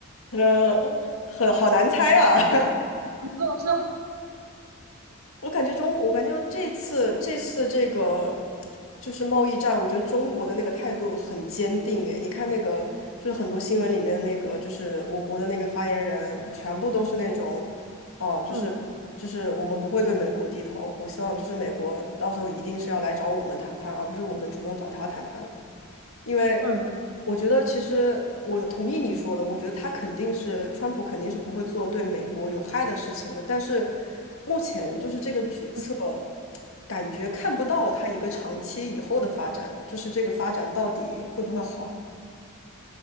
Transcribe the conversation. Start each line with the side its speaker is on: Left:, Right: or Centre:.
Left: 呃，很好难猜啊，<laughs>
Right: <laughs> 不好说，
Left: 我感觉中，我感觉这次这次这个就是贸易战，我觉得中国的那个态度很坚定。诶，你看那个就是很多新闻里面那个，就是我国的那个发言人，全部都是那种，哦，就是就是我们不会对美国低头。
Right: <laughs> 嗯
Left: 我希望就是美国到时候一定是要来找我们谈判，而不是我们主动找他谈判。因为
Right: 嗯
Left: 我觉得其实我同意你说的，我觉得他肯定是川普肯定是不会做对美国有害的事情的，但是目前就是这个举措，
Right: 嗯
Left: 感觉看不到他一个长期以后的发展，就是这个发展到底会不会好。